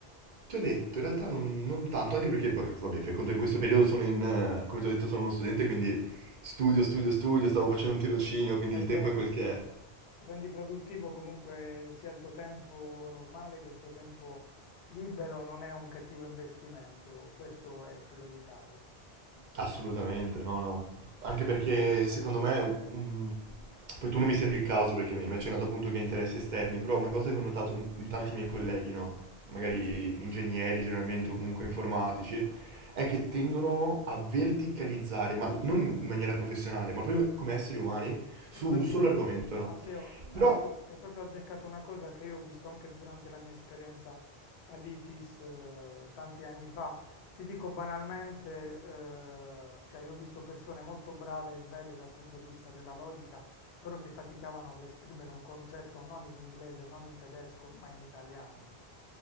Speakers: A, on the right (about 55°); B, on the left (about 85°).
A: ti ho detto, in realtà non, non tanto, anche perché poi, vabbè, fai conto in questo periodo sono in, eh, come ti ho detto, sono uno studente, quindi studio, studio, studio, stavo
B: sì,
A: facendo un tirocinio, quindi
B: fai
A: il tempo
B: bene.
A: è quel che è.
B: Rendi produttivo comunque sia il tuo tempo normale che il tuo tempo libero, non è un cattivo investimento, questo è prioritario.
A: Assolutamente, no, no. Anche perché secondo me, mm, poi tu non mi sembri il caso perché mi mi hai accennato appunto che hai interessi esterni, però una cosa che ho notato in in tanti miei colleghi, no? Magari ingegneri generalmente
B: Sì.
A: o comunque informatici, è che tendono a verticalizzare, ma non in maniera professionale, ma proprio come esseri umani, su
B: È così,
A: un solo argomento, no?
B: Matteo, hai,
A: Però
B: hai proprio azzeccato una cosa che io ho visto anche durante la mia esperienza all'ITIS eh, tanti anni fa. Ti dico banalmente, eh, cioè io ho visto persone molto brave e sveglie dal punto di vista della logica, però che faticavano ad esprimere un concetto non in inglese, non in tedesco, ma in italiano.